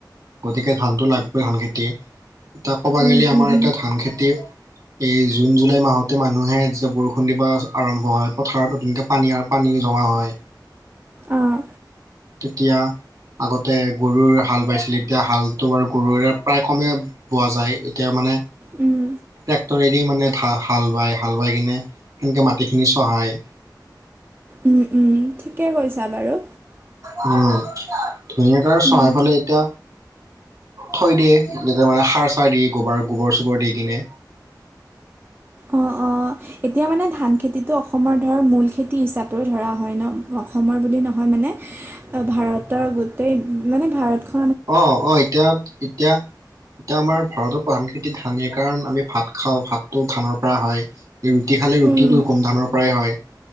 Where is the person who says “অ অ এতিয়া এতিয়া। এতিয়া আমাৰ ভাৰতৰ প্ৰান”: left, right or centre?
Right